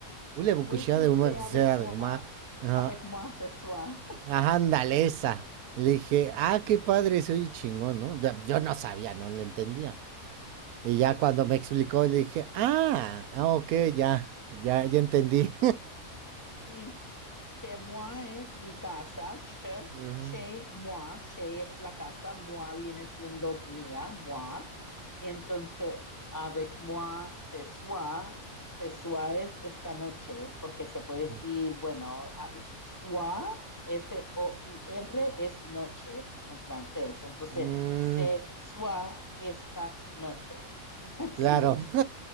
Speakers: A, on the right (about 90°); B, on the left (about 20°).
A: Ule Bukushé
B: Vous couchez
A: de una que
B: avec
A: sea
B: moi,
A: de ma- Ajá,
B: avec moi ce soir. <laughs>
A: ajá, ándale esa. Le dije, ah, qué padre, se oye chingón, ¿no? Da- Yo no sabía, no le entendía. Y ya cuando me explicó, le dije, ah, ah, ok, ya, ya, ya entendí.
B: Sí. Chez moi es mi casa, che,
A: <laughs> Ujú,
B: chez moi, chez es la casa, moi viene siendo mía, moi. Y entonces, avec moi, ce soir, ce soir es esta noche, porque se puede
A: ujú.
B: decir, bueno, a- soir, S-O-I-R es noche en francés. Entonces,
A: Mm,
B: ce soir, esta noche. <laughs> Así
A: claro,
B: es.